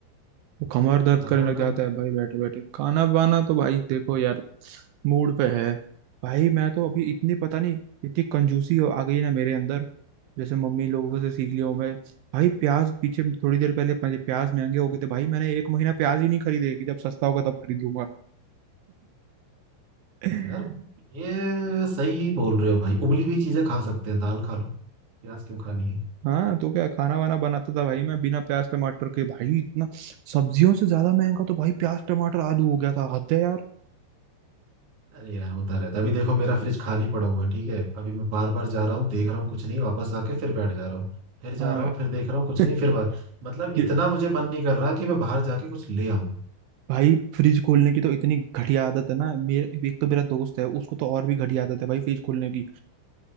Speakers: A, on the right; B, on the right.
A: वो कमर दर्द
B: खाना
A: करने
B: वाना
A: लग जाता है भाई बैठे बैठे खाना बाना तो भाई देखो यार मूड पे है भाई मैं तो अभी इतनी पता नहीं इतनी कंजूसी हो- आ गई है ना मेरे अंदर जैसे मम्मी लोगों
B: हाँ,
A: से सीख लिया हूं मैं भाई प्याज पीछे थोड़ी देर पहले मुझे प्याज महंगे हो गए थे भाई मैंने एक महीना प्याज ही नहीं खरीदे कि जब सस्ता होगा तब खरीदूंगा <laughs>
B: यार ये सही बोल रहे हो भाई उबली हुई चीजें खा सकते हैं दाल खा लो प्याज क्यों खानी है
A: हाँ तो क्या खाना वाना बनाता था भाई मैं बिना प्याज टमाटर के भाई इतना सब्जियों से ज्यादा महंगा तो भाई प्याज टमाटर आलू हो गया था हद है यार
B: अरे यार होता रहता है अभी देखो मेरा फ्रिज खाली पड़ा हुआ है ठीक है अभी मैं बार बार जा रहा हूँ देख रहा हूँ कुछ नहीं वापस आके फिर बैठ जा रहा हूँ फिर जा
A: हाँ
B: रहा हूँ फिर देख रहा हूँ कुछ
A: <laughs>
B: नहीं फिर बाहर मतलब
A: ये
B: इतना मुझे मन नहीं कर रहा कि मैं बाहर जाके कुछ ले आऊँ
A: भाई फ्रिज खोलने की तो इतनी घटिया आदत है ना मेरे एक तो मेरा दोस्त है उसको तो और भी घटिया आदत है भाई फ्रिज खोलने की